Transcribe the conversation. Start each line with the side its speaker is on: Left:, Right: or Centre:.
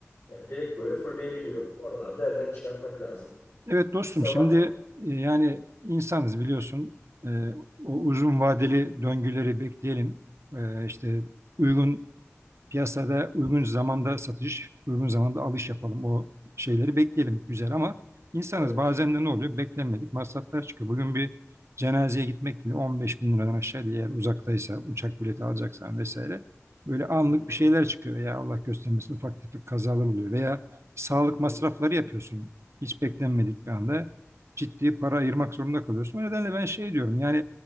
Left: yani direkt böyle fırlayabiliyor. Oralarda elden çıkartmak lazım.
Right: Evet dostum
Left: Kısa
Right: şimdi
Left: var.
Right: e, yani insanız biliyorsun E, o uzun vadeli döngüleri bekleyelim E, işte uygun Piyasada uygun zamanda satış, uygun zamanda alış yapalım. O şeyleri bekleyelim güzel ama insanız
Left: Evet.
Right: bazen de ne oluyor? Beklenmedik masraflar çıkıyor. Bugün bir cenazeye gitmek bile 15 bin liradan aşağı değil. Eğer uzaktaysa uçak bileti alacaksan vesaire. Böyle anlık
Left: Hı hı,
Right: bir şeyler çıkıyor veya Allah göstermesin ufak tefek kazalar oluyor. Veya sağlık
Left: hı hı,
Right: masrafları yapıyorsun. Hiç beklenmedik bir anda ciddi para ayırmak zorunda kalıyorsun. O nedenle ben şey diyorum yani